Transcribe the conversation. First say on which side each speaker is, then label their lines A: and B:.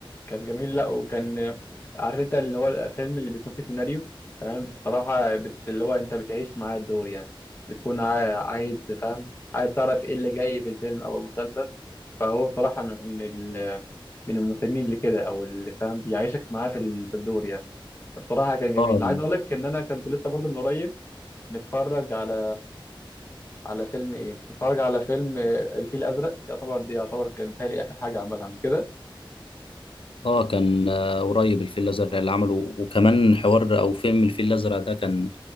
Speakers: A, on the left (about 25°); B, on the left (about 80°).
A: كان جميل لا وكان عارف انت اللي هو الفيلم اللي بيكون فيه سيناريو فاهم بصراحة بت... اللي هو انت بتعيش معاه الدور يعني بتكون عا- عايز تفهم عايز تعرف ايه اللي جاي في الفيلم او المسلسل فهو بصراحة من ال... من المسلمين اللي كده او اللي فاهم بيعيشك معاه في, ال... في الدور يعني بصراحة كان جميل
B: اه
A: عايز اقول لك ان انا كنت لسه برضه من قريب متفرج على على فيلم ايه متفرج على فيلم آه، الفيل الازرق يعتبر دي يعتبر كان متهيألي اخر حاجة عملها مش كده
B: اه كان آه، قريب الفيل الازرق اللي عمله وكمان حوار او فيلم الفيل الازرق ده كان